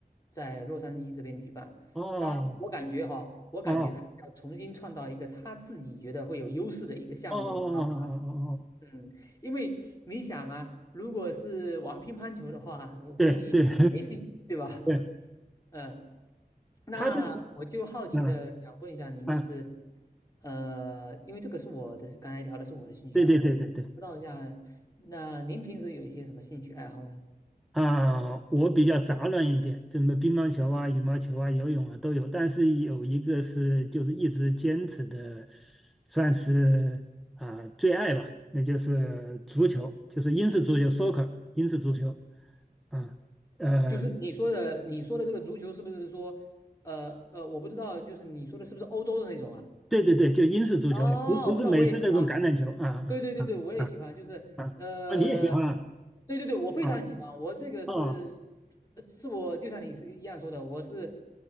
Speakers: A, on the left (about 20°); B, in the centre.
A: 在洛杉矶这边举办。
B: 哦
A: 他，我感觉哈，我感觉他要重新创造一个他自己觉得会有优势的一个项目，
B: 哦哦哦哦哦哦，
A: 你知道吗？
B: 哦，
A: 嗯，因为你想啊，如果是玩乒乓球的话，我估计你没戏，
B: 对对 <laughs>
A: 对吧？
B: 对，
A: <laughs> 嗯，那我就好奇的想问一下您，
B: 他这个嗯啊，
A: 就是，呃，因为这个是我的，刚才聊的是我的兴趣啊，
B: 对对对对对。
A: 我知道一下，那您平时有一些什么兴趣爱好呢？
B: 啊，我比较杂乱一点，什么乒乓球啊、羽毛球啊、游泳啊都有，但是有一个是就是一直坚持的，算是啊、最爱吧，那就是足球，就是英式足球 （soccer），英式足球啊，呃，
A: 就是你说的，你说的这个足球是不是说，呃呃，我不知道，就是你说的是不是欧洲的那种啊？
B: 对对对，就英式足球嘛，
A: 哦，
B: 不不是美式那种橄榄球啊啊啊啊啊，
A: 那我也喜欢，对对对对，我也喜欢，就是呃，
B: 啊啊啊你也喜欢啊
A: 对对对，我非常喜欢，
B: 啊
A: 我这个是
B: 啊
A: 呃是我就像你是一样说的，我是